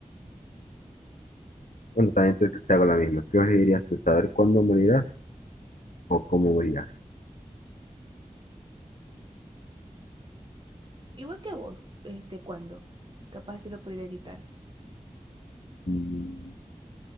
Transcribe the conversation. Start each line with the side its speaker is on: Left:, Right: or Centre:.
Left: bueno, también te, te hago la misma. ¿Qué dirías tú, saber cuándo morirás o cómo morirás?
Right: Igual que vos, este, cuando. Capaz así lo pudiera evitar.
Left: Mm.